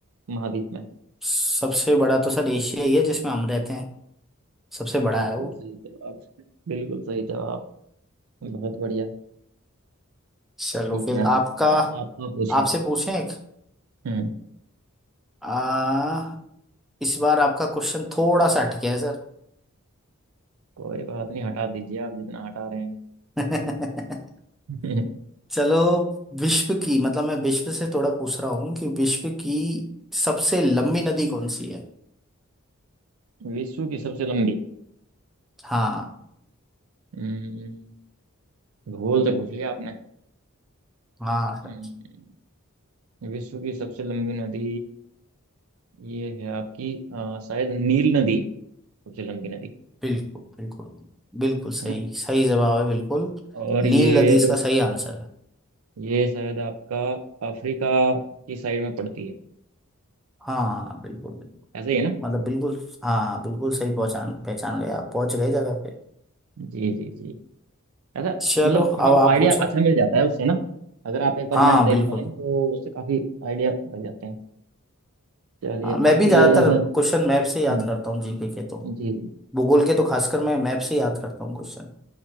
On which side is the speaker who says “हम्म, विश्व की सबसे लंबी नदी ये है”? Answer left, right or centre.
Right